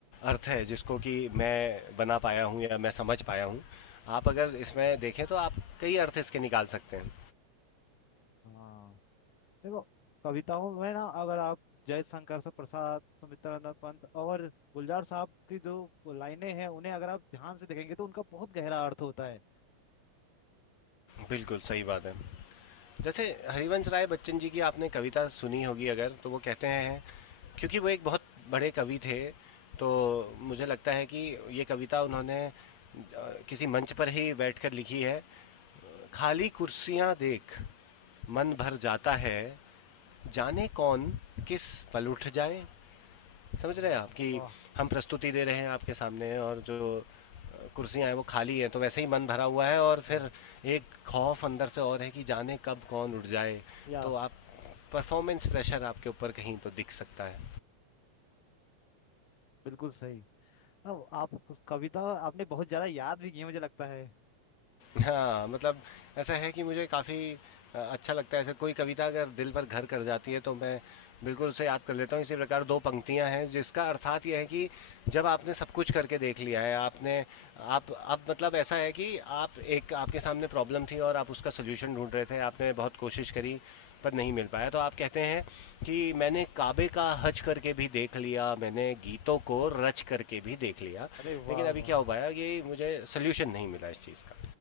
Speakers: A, on the left; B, on the left.
A: अर्थ है जिसको कि मैं बना पाया हूँ या मैं समझ पाया हूँ। आप अगर इसमें देखें तो आप कई अर्थ इसके निकाल सकते हैं।
B: हाँ देखो कविताओं में ना अगर आप जयशंकर प्रसाद सुमित्रानंद पंत और गुलजार साहब की जो लाइनें हैं उन्हें अगर आप ध्यान से देखेंगे तो उनका बहुत गहरा अर्थ होता है
A: बिल्कुल, सही बात है। जैसे हरिवंश राय बच्चन जी की आपने कविता सुनी होगी अगर तो वो कहते हैं क्योंकि वो एक बहुत बड़े कवि थे तो मुझे लगता है कि ये कविता उन्होंने अ, किसी मंच पर ही बैठकर लिखी है। खाली कुर्सियाँ देख मन भर जाता है जाने कौन किस पल उठ जाए समझ
B: वाह
A: रहे हैं आप कि
B: वाह
A: हम प्रस्तुति दे रहे हैं आपके सामने और जो अ, कुर्सियां हैं वो खाली हैं तो वैसे ही मन भरा हुआ है और
B: हाँ
A: फिर एक खौफ अंदर से और है कि जाने कब कौन उठ जाए
B: या
A: तो आप परफॉर्मेंस प्रेशर आपके ऊपर कहीं तो दिख सकता है
B: बिल्कुल सही हाँ आप उस कविता आपने बहुत ज्यादा याद भी की है मुझे लगता है
A: हाँ, मतलब ऐसा है कि मुझे काफ़ी अ, अच्छा लगता है ऐसे कोई कविता अगर दिल पर घर कर जाती है तो मैं बिल्कुल उसे याद कर लेता हूँ। इसी प्रकार 2 पंक्तियाँ हैं जिसका अर्थात ये है कि जब आपने सब कुछ करके देख लिया है, आपने आप अब मतलब ऐसा है कि आप एक आपके सामने प्रॉब्लम थी और आप उसका सॉल्यूशन ढूँढ रहे थे, आपने बहुत कोशिश करी पर नहीं मिल पाया। तो आप कहते हैं कि मैंने काबे का हज करके भी देख लिया, मैंने गीतों को रच करके भी देख लिया,
B: अरे वाह
A: लेकिन अभी
B: वाह
A: क्या हो पाया कि मुझे सॉल्यूशन नहीं मिला इस चीज़ का।